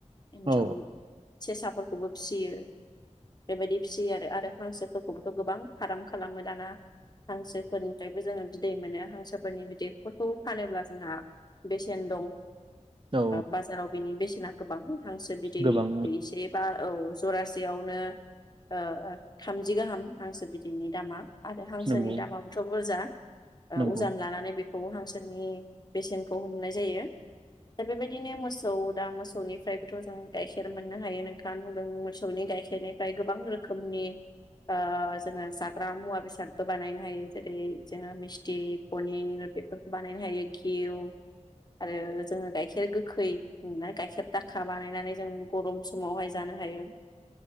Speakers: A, on the left; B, on the right.
A: एनजर,
B: औ
A: सेसा फोर खौबो फिसियो। बेबायदि फिसियो आरो हांसो फोर खौ बोथ' गोबां फार्म खालामो दाना। हांसोफोरनिफ्रायबो जोङो बिदै मोनो हांसो फोरनि बिदै फोरखौ फानोब्ला जोंहा बेसेन दं ओ
B: औ
A: बाजाराव बेनि बेसे ना गोबां। हांसो बिदै
B: गोबां
A: दैसे बा औ जरासेयावनो ओ ओ थाम जि गाहाम हांसो बिदैनि दामा। आरो हांसोनि
B: नंगौ
A: दामाबोथ' बुरजा। ओ
B: नंगौ
A: उजान लानानै बेखौ हांसोनि बेसेनखौ हमनाय जायो। दा बेबायदिनो मोस सौ दा मोसौनिफ्रायबोथ' जों गाइखेर मोननो हायो नोंथाङानो बुंदों मोस मोसौनि गाइखेरनिफ्राय गोबां रोखोमनि ओ जोङो जाग्रा मुवा बेसादबो बानायनो हायो जेरै जोङो मिस्थि, पनिर बेफोर। बानायनो हायो घिउ आरो जोङो गाइखेर गोखै <unintelligible> गाइखेर दाखा बानायनानै जों गरम समावहाय जानो हायो।